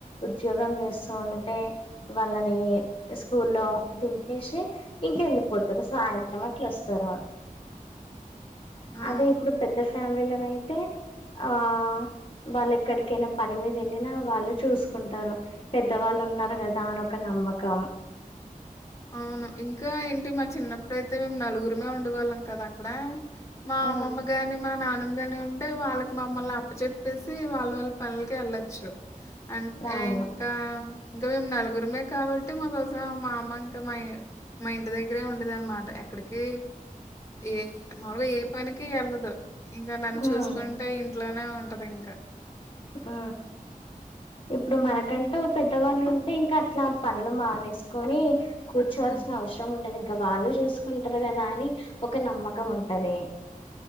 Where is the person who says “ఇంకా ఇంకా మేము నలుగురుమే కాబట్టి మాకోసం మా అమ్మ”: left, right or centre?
Left